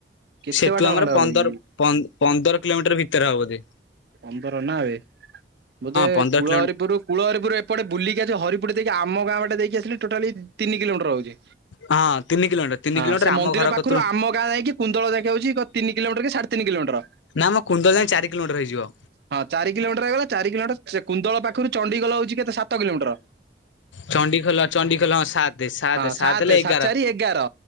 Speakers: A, on the right; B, on the left.
A: କେତେ
B: ସେଠୁ
A: ବାଟ
B: ଆମର
A: ଖଣ୍ଡେ ହବ
B: ପନ୍ଦର
A: କି
B: ପ ପନ୍ଦର କିଲୋମିଟର ଭିତରେ ହବ ଯେ।
A: ପନ୍ଦର ନାବେ ବୋଧେ
B: ପନ୍ଦର
A: କୁଳହରିପୁରରୁ
B: କିଲୋମିଟର
A: କୂଳହରିପୁର ଏ ଏପଟେ ବୁଲିକି ଆଜି ହରିପଟେ ଦେଇକି ଆମ ଗାଁ ବାଟେ ଦେଇକି ଆସିଲ ଟୋଟାଲି ତିନି କିଲୋମିଟର ହଉଛି
B: ହଁ ତିନି କିଲୋମିଟର ତିନି
A: ହଁ
B: କିଲୋମିଟର
A: ସେ
B: ଆମ
A: ମନ୍ଦିର
B: ଘର
A: ପାଖରୁ
B: କତରୁ
A: ଆମ ଗାଁ ଯାଇକି କୁଣ୍ଡଳ ଯାକେ ହୋଉଛି କ ତିନି କିଲୋମିଟର କି ସାଢେ ତିନି କିଲୋମିଟର।
B: ନା ଆମ କୁନ୍ଦ ଯାଏ ଚାରି କିଲୋମଟର ହେଇଯିବ।
A: ହଁ ଚାରି କିଲୋମିଟର ହେଇଗଲା ଚାର କିଲୋମିଟର ସେ କୁନ୍ଦଳ ପାଖରୁ ଚଣ୍ଡିଖୋଲ ହଉଛି କେତେ ସାତ କିଲୋମିଟର।
B: ଚଣ୍ଡିଖୋଲ ଚଣ୍ଡିଖୋଲ ହଁ ସାତେ
A: ହଁ ସାତେ
B: ହେଲେ ଏଗାର
A: ସାତ ଚାରି ଏଗାର